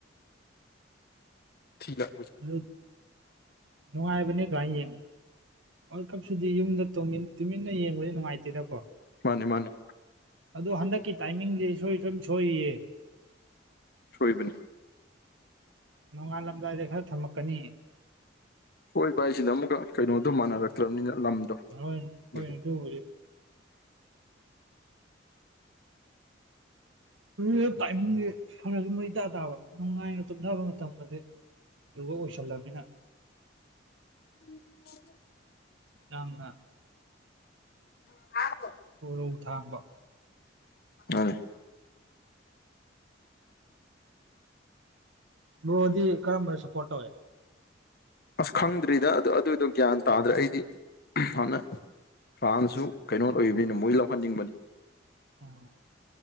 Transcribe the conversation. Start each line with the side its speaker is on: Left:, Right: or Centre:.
Left: ꯊꯤꯕ
Right: ꯅꯨꯞ ꯅꯨꯉꯥꯏꯕꯅꯤ ꯑꯗꯨꯃꯥꯏꯅ ꯌꯦꯡꯕ ꯋꯥꯔꯜ ꯀꯞꯁꯤꯗꯤ ꯌꯨꯝꯗ ꯇꯨꯃꯤꯟ ꯇꯨꯃꯤꯟꯅ ꯌꯦꯡꯕꯗꯤ ꯅꯨꯡꯉꯥꯏꯇꯦꯗꯀꯣ
Left: ꯃꯥꯟꯅꯦ ꯃꯥꯟꯅꯦ
Right: ꯑꯗꯣ ꯍꯟꯗꯛꯀꯤ ꯇꯥꯏꯃꯤꯡꯗꯤ ꯏꯁꯣꯏ ꯁꯣꯏ ꯁꯣꯏꯔꯤꯌꯦ
Left: ꯁꯣꯏꯕꯅꯤ
Right: ꯅꯣꯡꯉꯥꯜꯂꯝꯗꯥꯏꯗ ꯈꯔ ꯊꯝꯃꯛꯀꯅꯤ
Left: ꯍꯣꯏ ꯚꯥꯏꯁꯤꯗ ꯑꯃꯨꯛꯀ ꯀꯩꯅꯣꯗꯧ ꯃꯥꯟꯅꯔꯛꯇ꯭ꯔꯕꯅꯤꯅ ꯂꯝꯗꯣ
Right: <unintelligible> ꯍꯣꯏꯅꯦ
Left: ꯑꯗꯨꯒꯤ
Right: ꯑꯗꯨꯕꯨꯗꯤ <unintelligible> ꯇꯥꯏꯃꯤꯡꯁꯦ ꯐꯥꯔꯒ ꯑꯃ ꯏꯇꯥ ꯇꯥꯕ ꯅꯨꯡꯉꯥꯏꯅ ꯇꯨꯝꯊꯕ ꯃꯇꯝꯗꯗꯤ <unintelligible> ꯑꯣꯏꯁꯜꯂꯝꯅꯤꯅ
Left: <unintelligible>
Right: ꯇꯥꯡꯅ
Left: <unintelligible>
Right: ꯈꯨꯔꯧ ꯊꯥꯡꯕ
Left: ꯑꯗꯨꯅꯦ
Right: ꯕ꯭ꯔꯣꯗꯤ ꯀꯔꯝꯕ ꯁꯄ꯭ꯔꯣꯠ ꯇꯧꯋꯦ
Left: ꯑꯁ ꯈꯪꯗ꯭ꯔꯤꯗ ꯑꯗꯨ ꯑꯗꯨꯏꯗꯣ ꯒ꯭ꯌꯥꯟ ꯇꯥꯗ꯭ꯔꯦ ꯑꯩꯗꯤ ꯍꯥꯟꯅ ꯐꯥꯔꯟꯁꯖꯨ ꯀꯩꯅꯣ ꯑꯣꯏꯕꯅꯤꯅ ꯃꯣꯏ ꯂꯧꯍꯟꯅꯤꯡꯕꯅꯤ
Right: ꯑꯣ